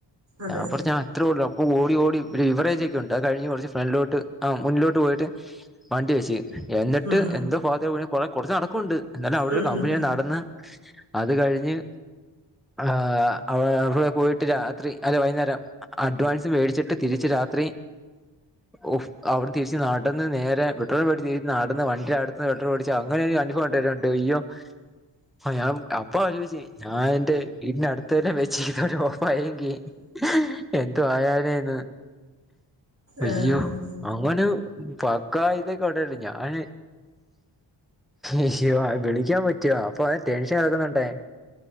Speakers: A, on the right (about 35°); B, in the centre.
A: അതെ
B: ഞാൻ പടച്ച ഇത്രൊ ഒള്ളൂ അപ്പ ഓടി ഓടി ഓടി ഓടി ഒരു ബിവറേജ് ഒക്കെ ഉണ്ട് അത് കഴിഞ്ഞ് കൊറച്ച് ഫ്രൺലോട്ട് ആ മുന്നിലോട്ട് പോയിട്ട് വണ്ടി വെച്ച് എന്നിട്ട്
A: ഉം
B: എന്തോ ഫാഗത്തിനു വീണ് കൊറേ കൊറച്ച് നടക്കൊണ്ട് ന്നാലും അവടെ
A: ഉം
B: ഒരു കമ്പനി
A: ഉം
B: വരെ നടന്ന് അത് കഴിഞ്ഞ് ആഹ് ആ അവ അവിടെ പോയിട്ട് രാത്രി അല്ല വൈന്നേരം അഡ്വാൻസും മേടിച്ചിട്ട് തിരിച്ച് രാത്രി ഉഫ് അവടെ തിരിച്ച് നാട്ടന്ന് നേരെ പെട്രോൾ വേടിച്ച് തിരിച്ച് നടന്ന് വണ്ടി അടുത്ത പെട്രോളടിച്ച അങ്ങനെ അനുഭവണ്ടയ്യോ ആ ഞാൻ അപ്പൊ ആലോചിച്ച് ഞാൻ എന്റെ വീടിന്റെ അടുത്തന്നെ വെചീരുന്നു പോ ഓഫായെങ്കി എന്തു ആയാനേന്ന് അയ്യോ
A: ഏഹ്
B: അവന് പക്കായതക്ക ഒണ്ടായിരുന്ന്‌ ഞാന് അയ്യോ വിളിക്കാൻ പറ്റുവോ അപ്പൊ ആകെ ടെൻഷൻ ആകുന്നോണ്ടെ